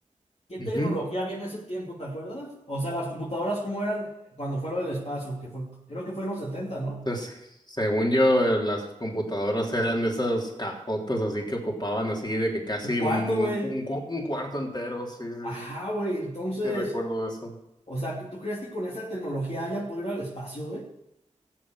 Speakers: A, on the left; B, on the left.
A: ¿qué tecnología
B: ujú.
A: había en ese tiempo, te acuerdas? O sea, las computadoras, ¿cómo eran cuando fueron del espacio? Que fue, creo que fue en los 70, ¿no?
B: Entonces, según yo, eh, las computadoras eran esas cajotas así que ocupaban así de que casi
A: Un cuarto,
B: un,
A: güey.
B: un, cu- un cu- un cuarto entero, sí, sí,
A: Ajá,
B: sí,
A: güey. Entonces,
B: sí recuerdo eso.
A: o sea, ¿tú crees que con esa tecnología hayan podido ir al espacio, güey?